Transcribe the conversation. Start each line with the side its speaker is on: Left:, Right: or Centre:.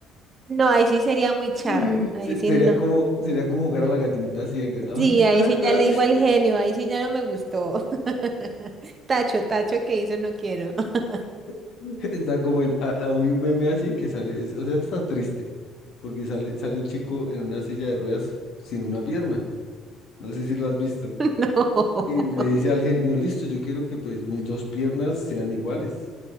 Right: no, ahí sí sería muy charro.
Left: <laughs>
Right: Ahí
Left: Se-
Right: sí
Left: Sería
Right: no.
Left: como, sería como jugar a la gallinita ciega. ¿A dónde
Right: Sí,
Left: está?
Right: ahí sí
Left: ¿A dónde
Right: ya le digo
Left: está?
Right: el genio, ahí sí ya no me gustó. <laughs> Tacho, tacho que hizo, no quiero. <laughs>
Left: <laughs> Está como el, a- a- hay un meme así que sale, es- o sea, está triste, porque sale, sale un chico en una silla de ruedas sin una pierna. No sé si lo has visto.
Right: No.
Left: Y le dice al genio, listo, yo quiero que pues mis dos piernas sean iguales.